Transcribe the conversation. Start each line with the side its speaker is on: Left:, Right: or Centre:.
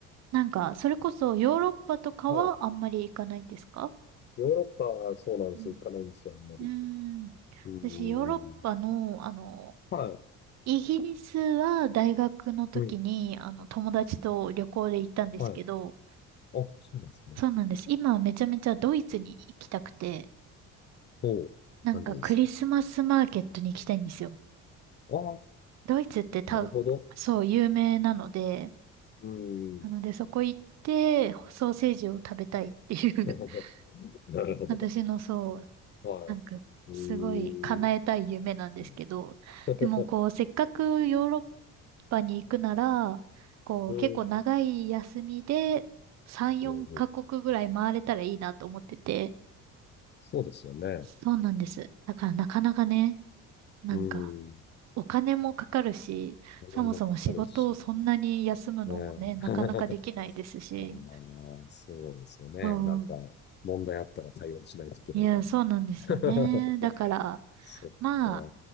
Right: なんか、それこそヨーロッパとかはあんまり行かないんですか
Left: はい。ヨーロッパはそうなんですよ。
Right: うん。
Left: 行かないんですよ、あんまり。
Right: うーん。
Left: うん。
Right: 私、ヨーロッパの、あの、
Left: はい。
Right: イギリスは大学の時に、
Left: うん。
Right: あの、友達と旅行で行ったんですけど、
Left: はい。あ、そうなんですね。
Right: そうなんです。今はめちゃめちゃドイツに行きたくて、
Left: おう。
Right: なんかクリスマスマーケットに行きたいんですよ。
Left: なんでですか。ああ、
Right: ドイツって多、
Left: なるほど。
Right: そう、有名なので、
Left: うん。
Right: なのでそこ行って、ソーセージを食べたいっていう
Left: <laughs> なるほど。
Right: <laughs> 私のそう、
Left: はい。
Right: なんか、すごい叶えたい夢なんですけど、
Left: ええですね。<laughs>
Right: でもこう、せっかくヨーロッパに行くなら、こう、
Left: うん。
Right: 結構長い休みで3、4カ国ぐらい回れたらいいなと思ってて、
Left: うんうん。そうですよね。
Right: そうなんです。だからなかなかね、なんか、
Left: うん。
Right: お金もかかるし、
Left: お金もかかるし。
Right: そもそも仕事をそんなに休むのもね、
Left: ねえ。
Right: なかなかできないですし、
Left: <laughs> ああ、そうですよね。
Right: そうん。
Left: なんか、問題あったら対応しないといけないから。
Right: いや、そうなんですよね。
Left: <laughs>
Right: だから、
Left: そっか。
Right: まあ、